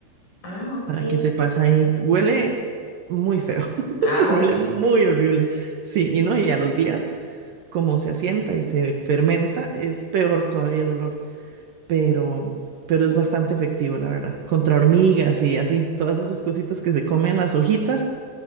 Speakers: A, on the left; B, on the right.
A: Ah, ok.
B: para que sepas ahí. Huele muy feo, <laughs>
A: Ajo.
B: huele muy horrible. Sí, y no, y a los días, como se asienta y se fermenta, es peor todavía el olor, pero, pero es bastante efectivo, la verdad. Contra hormigas y así, todas esas cositas que se comen las hojitas,